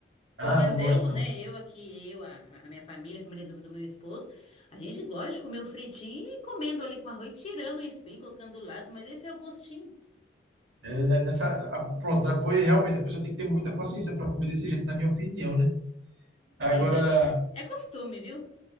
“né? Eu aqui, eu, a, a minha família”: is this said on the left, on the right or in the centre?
Left